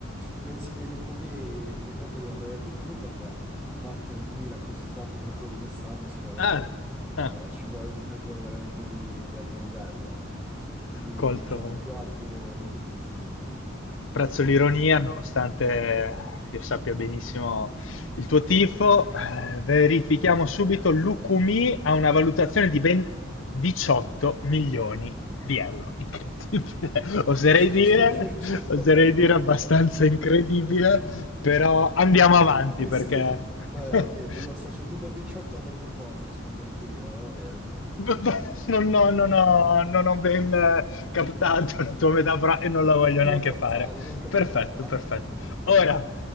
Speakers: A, in the centre; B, on the left.
A: penso che Lukumi purtroppo debba valere di più, perché battere un Milan così forte come quello di quest'anno sicuramente
B: Ah,
A: eh,
B: ah,
A: ci vuole un giocatore veramente di, di alto livello, ecco. Quindi
B: colto.
A: diciamo più alto Lukumi di 6 milioni. <laughs>
B: Apprezzo l'ironia, nonostante io sappia benissimo il tuo tifo. Eh, verifichiamo subito. Lukumi ha una valutazione di ben 18 milioni di euro. Incredibile. Oserei
A: 18
B: dire,
A: milioni per...
B: oserei
A: Vabbè.
B: dire abbastanza incredibile, però andiamo avanti
A: Penso
B: perché
A: che, vabbè,
B: <laughs>
A: niente, io associo il numero 18 ad altre cose rispetto all'Ukumi, ma va bene.
B: B-
A: <laughs>
B: b- Non, no, non ho, non ho ben eh, captato la tua metafora e non la voglio
A: Non
B: neanche
A: captarla,
B: fare.
A: non captarla.
B: Perfetto, perfetto.
A: <laughs>
B: Ora,